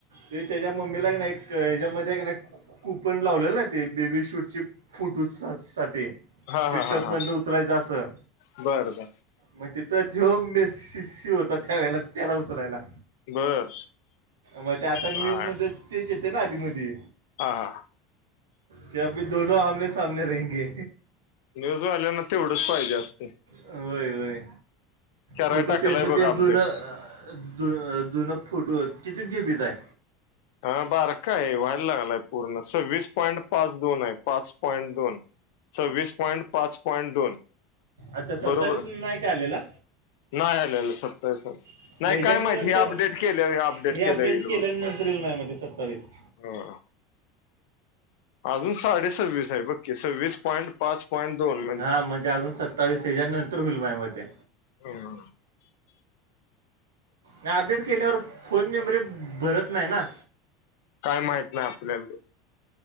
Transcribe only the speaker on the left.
हा
हा
हा हा
बर बर
बर.
हा
हा हा.
न्यूज आल्यान तेवढच पाहिजे असते.
कराय
टाकलाय
बघा
अपडेट
हा बार काय व्हायला लागलाय पूर्ण सवीस पॉईंट पाच दोन आहे पाच पॉईंट दोन सव्वीस पॉईंट पाच पॉईंट दोन.
बरोबर
नाही आलेल सत्तरस
नाही
काय माती आपपडेट केले अडेट
केले ईल बग.
हो. अजून साडेसव्वीस आहे बक्की सव्वीस पॉईंट पाच पॉंट दोन.
<unintelligible>
काय माहित नाही आपल्याला ते